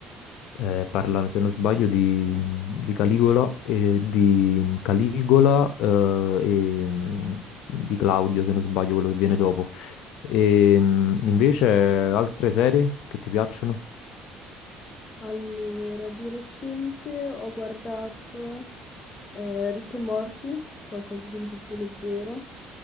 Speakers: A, on the left (about 80°); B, on the left (about 40°).
A: Eh, parla, se non sbaglio, di, di Caligola e di Caligola eh, e mm, di Claudio, se non sbaglio, quello che viene dopo. E mm, invece altre serie che ti piacciono?
B: Allora, di recente ho guardato eh, Rick e Morty, qualcosa di un po' più leggero.